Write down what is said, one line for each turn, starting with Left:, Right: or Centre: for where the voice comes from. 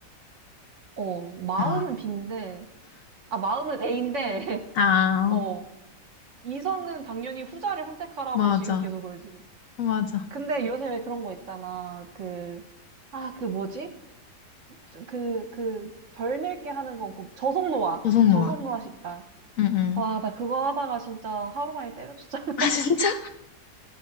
Right: 어, 마음은
Left: 응.
Right: B인데, 아, 마음은 A인데, <laughs>
Left: 아,
Right: 어, 이성은 당연히 후자를 선택하라고
Left: 맞아.
Right: 지금 계속 그러지.
Left: 맞아.
Right: 근데 요새 왜 그런 거 있잖아. 그, 아, 그 뭐지? 저- 그, 그, 덜 늙게 하는 거, 그 저속노화.
Left: 조성노아.
Right: 저속노화 식단.
Left: 응, 응.
Right: 와, 나 그거 하다가 진짜 하루 만에 때려쳤잖아. <laughs>
Left: <laughs> 아, 진짜?